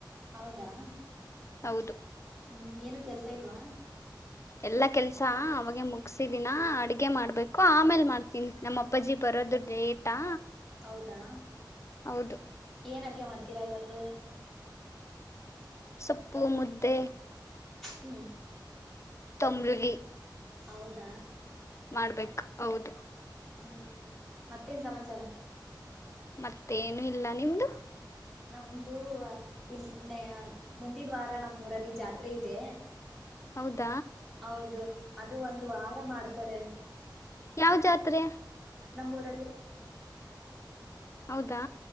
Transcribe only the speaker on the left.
ಹೌದು.
ಎಲ್ಲಾ ಕೆಲ್ ಸಾ ಅವಾಗೆ ಮುಗ್ ಮುಕ್ಸಿದಿನ ಅಡ್ಗೆ ಮಾಡ್ಬೇಕು, ಆಮೇಲ್ ಮಾಡ್ತೀನಿ ನಮ್ಮಪ್ಪಾಜಿ ಬರೋದು ಲೇಟಾ.
ಹೌದು
ಸೊಪ್ಪು ಮುದ್ದೆ
ತೊಂಬ್ಲಗಿ
ಮಾಡ್ಬೇಕು ಹೌದು
ಮತ್ತೇನು ಇಲ್ಲ ನಿಮ್ದು
ಹೌದ
ಯಾವ್ ಜಾತ್ರೆ
ಹೌದಾ